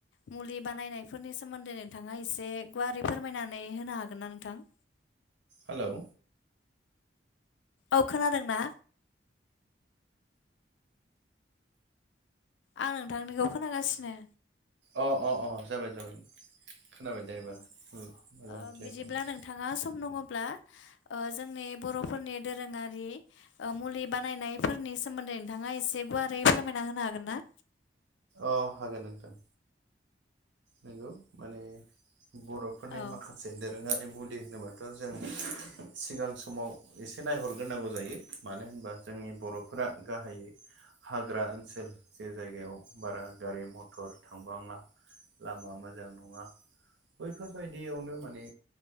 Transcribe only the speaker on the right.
हेलौ
अ अ अ जाबाय जाबाय खोनाबाय दे
मोजां
क्लिार
खोनाबाय।
अ हागोन नोंथां। नोंगौ माने बर'फोरनि
माखासे जे दोरोङारि मुलि होनोबाथ' जों सिगां समाव एसे नायहरग्रोनांगौ जायो। मानो होनबा जोंनि बर'फोरा गाहायै हाग्रा ओनसोल जे जायगायाव बारा गारि मथर थांबाङा लामा मोजां नङा बैफोरबायदियावनो माने